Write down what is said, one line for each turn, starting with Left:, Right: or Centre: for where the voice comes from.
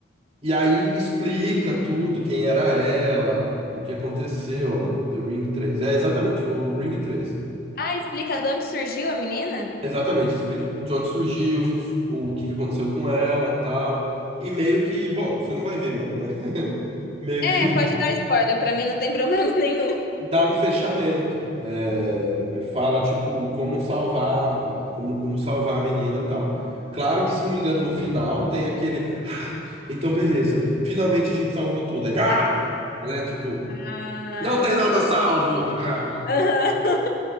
Right: e aí explica tudo, quem era ela, o que aconteceu, ó. The Ring 3. É, exatamente, foi o Ring 3.
Left: Ah, explica de onde surgiu a menina?
Right: Exatamente, explica de onde surgiu, o que que aconteceu com ela, tal. E meio que, bom, você não vai ver mesmo, né? <laughs> Meio
Left: É,
Right: que
Left: pode dar spoiler, pra mim não tem problema <laughs> nenhum.
Right: dá um fechamento. É, fala, tipo, como salvar, como, como salvar a menina e tal. Claro que, se não me engano, no final tem aquele. Ah, então beleza, finalmente a gente salvou tudo. Aí, ah, né? Tipo,
Left: Ah,
Right: não tem
Left: tipo.
Right: nada salvo! Ah,
Left: <laughs> Aham.